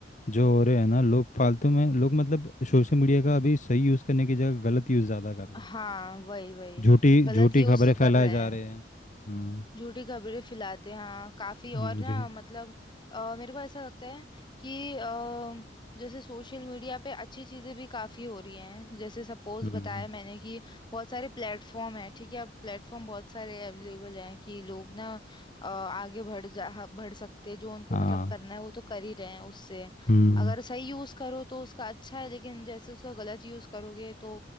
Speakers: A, on the left; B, on the left.
A: जो हो रहे हैं ना लोग फालतू में लोग मतलब सोशल मीडिया का अभी सही यूज़ करने की जगह गलत यूज़ ज़्यादा कर रहे हैं
B: हाँ वही वही
A: झूठी
B: गलत
A: झूठी
B: यूज
A: खबरें
B: तो
A: फैलाए
B: कर रहे
A: जा
B: हैं
A: रहे हैं हम्म
B: झूठी खबरें फैलाते हैं हाँ काफी और
A: हम्म,
B: ना
A: जी
B: मतलब अ, मेरे को ऐसा लगता है कि अ, जैसे सोशल मीडिया पे अच्छी चीजें भी काफी हो रही हैं जैसे सपोज
A: हम्म
B: बताया मैंने कि बहुत सारे प्लेटफॉर्म हैं ठीक है अब प्लेटफॉर्म बहुत सारे अवेलेबल हैं कि लोग ना अ, आगे बढ़ जा ह- बढ़ सकते हैं जो उनको
A: हाँ
B: मतलब करना है वो तो कर ही रहे हैं उससे
A: हम्म
B: अगर सही यूज करो तो उसका अच्छा है लेकिन जैसे उसका गलत यूज करोगे तो